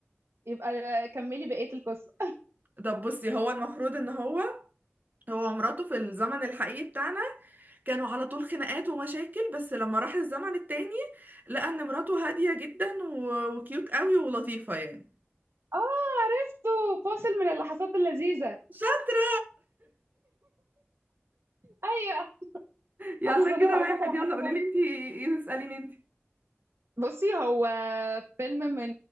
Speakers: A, on the right; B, on the right.
A: يبقى كملي بقية القصة
B: طب بصي هو المفروض ان هو هو ومراته في الزمن الحقيقي بتاعنا كانوا على طول خناقات ومشاكل بس لما راح الزمن التاني لقى ان مراته هادية جدا و- وكيوت قوي ولطيفة يعني
A: اه عرفته فاصل من اللحظات اللذيذة
B: شاطر
A: ايوه
B: يلا
A: اصل انا
B: كده
A: هقول
B: واحد
A: لك على
B: يلا
A: حاجة
B: قولي لي انت ايه تسأليني انت
A: بصي هو فيلم من